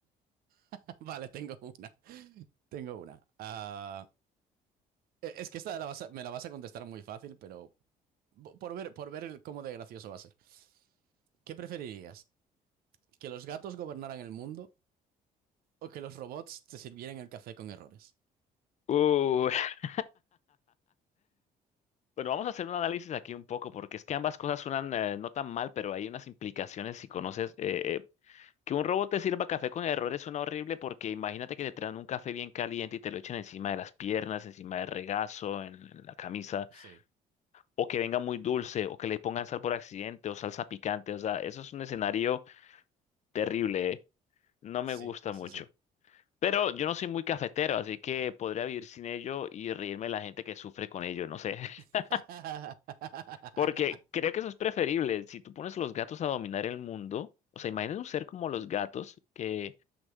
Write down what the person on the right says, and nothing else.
<laughs> vale, tengo una. Tengo una. Ah, e- es que esta la vas a- me la vas a contestar muy fácil, pero bo- por ver, por ver el- cómo de gracioso va a ser. ¿Qué preferirías? ¿Que los gatos gobernaran el mundo? O que los robots te sirvieran el café con errores.
Sí,
sí,
sí,
sí.
<laughs>